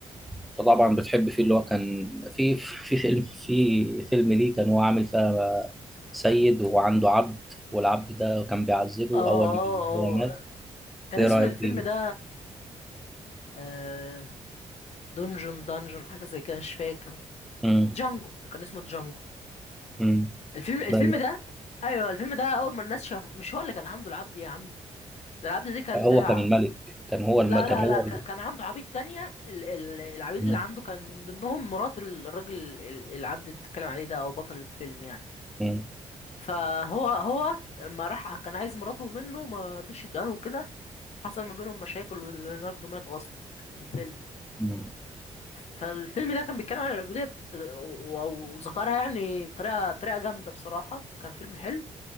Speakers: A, in the centre; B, on the left.
A: انت طبعا بتحب فيه اللي هو كان في <laughs> في فيلم في فيلم ليه كان هو عامل فيها سيد وعنده عبد والعبد ده كان بيعذبه
B: اه اه
A: اول ما هو مات
B: اه كان
A: ايه
B: اسم
A: رأيك
B: الفيلم
A: فيه؟
B: ده آه دونجون دانجون حاجة زي كده مش فاكر
A: امم
B: جانجو كان اسمه جانجو
A: امم
B: الفيلم الفيلم
A: ده
B: ده ايوه الفيلم ده اول ما الناس شاف مش هو اللي كان عامله العبد يا عم ده العبد دي كان
A: هو
B: بتاع
A: كان الملك كان هو
B: لا
A: الم... كان
B: لا
A: هو
B: لا ك-
A: ال...
B: كان عنده عبيد تانية ال- ال- العبيد
A: مم.
B: اللي عنده كان من ضمنهم مرات ال- الراجل ال- العبد اللي انت بتتكلم عليه ده او بطل الفيلم يعني
A: مم.
B: فهو هو لما راح كان عايز مراته منه ما رضيش يديها له كده حصل ما بينهم مشاكل وليوناردو مات اصلا في الفيلم
A: مم.
B: فالفيلم ده كان بيتكلم عن العبودية ب- و- وذكرها يعني بطريقة طريقة جامدة بصراحة كان فيلم حلو